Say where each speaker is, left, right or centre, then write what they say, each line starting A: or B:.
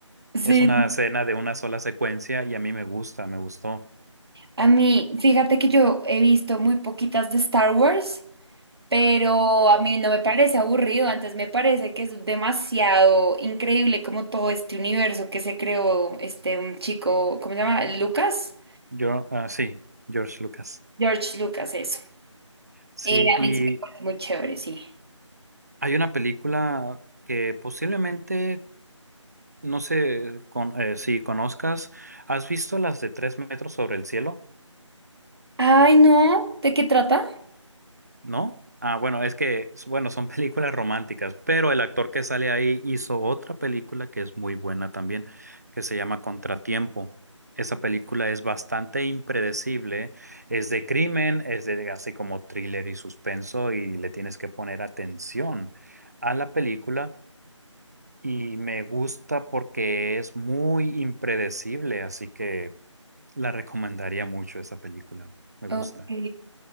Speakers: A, on the right; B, on the right.
A: Sí.
B: es una escena de una sola secuencia y a mí me gusta, me gustó.
A: A mí, fíjate que yo he visto muy poquitas de Star Wars. Pero a mí no me parece aburrido, antes me parece que es demasiado increíble como todo este universo que se creó este un chico, ¿cómo se llama? Lucas,
B: Yo, ah, sí, George Lucas.
A: George Lucas, eso.
B: Sí,
A: Eh,
B: y
A: a mí sí me parece muy chévere, sí.
B: Hay una película que posiblemente, no sé con- eh, si conozcas, ¿has visto las de Tres metros sobre el cielo?
A: Ay, no, ¿de qué trata?
B: ¿No? Ah, bueno, es que, bueno, son <laughs> películas románticas, pero el actor que sale ahí hizo otra película que es muy buena también, que se llama Contratiempo. Esa película es bastante impredecible, es de crimen, es de así como thriller y suspenso y le tienes que poner atención a la película. y me gusta porque es muy impredecible, así que la recomendaría mucho esa película. Me gusta.
A: Ok,